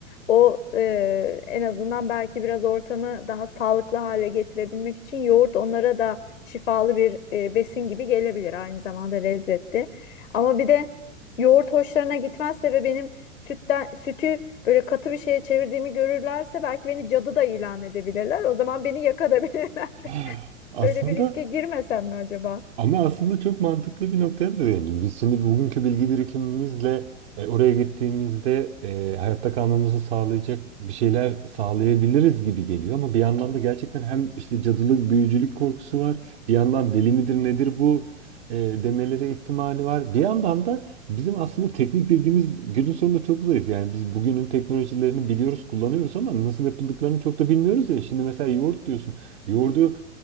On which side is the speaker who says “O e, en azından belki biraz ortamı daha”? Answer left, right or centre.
Left